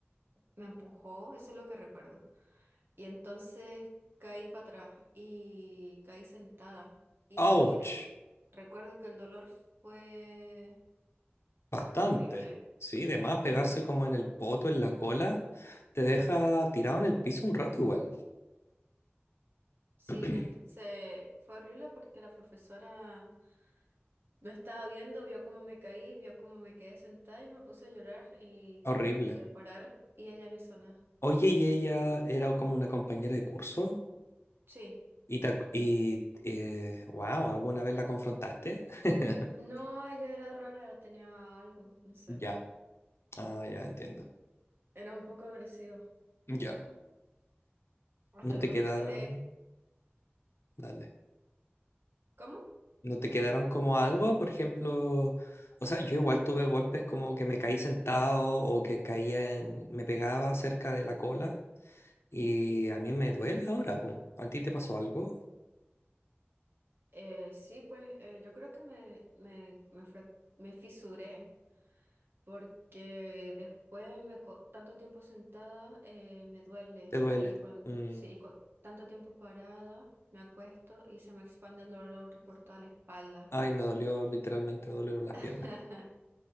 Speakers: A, on the right; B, on the left.
A: me empujó, eso es lo que recuerdo. Y entonces caí para atrás y caí sentada. Y
B: ¡Auch!
A: recu- recuerdo que el dolor fue
B: Bastante.
A: horrible.
B: Sí, de más
A: Ujú.
B: pegarse como en el poto, en la cola, te deja tirado en el piso un rato igual.
A: Sí,
B: <clears throat>
A: entonces fue horrible porque la profesora me estaba viendo, vio cómo me caí, vio cómo me quedé sentada y me puse a llorar y que
B: Horrible.
A: no me podía parar y ella no hizo nada.
B: Oye,
A: Sí.
B: y ella era como una compañera de curso
A: Sí.
B: y, te ac- y eh, wow, ¿alguna vez la confrontaste? <laughs>
A: No, ella era rara, tenía algo, no sé.
B: Ya. Ah, ya entiendo.
A: Era un poco agresiva.
B: Ya.
A: Hasta
B: No
A: los
B: te
A: profesores,
B: quedaron, dale.
A: ¿Cómo?
B: No te quedaron como algo, por ejemplo, o sea, yo igual tuve golpes como que me caí sentado o que caía en, me pegaba cerca de la cola y a mí me duele ahora, po. ¿A ti te pasó algo?
A: Eh, sí, pues eh, yo creo que me, me, me, frac- me fisuré porque después me co- tanto tiempo sentada eh, me duele
B: ¿Te duele?
A: y cuando
B: Mm.
A: sí, y cua- tanto tiempo parada me acuesto y se me expande el dolor por toda la espalda.
B: Ay, me dolió, literalmente me dolieron las
A: <laughs>
B: piernas.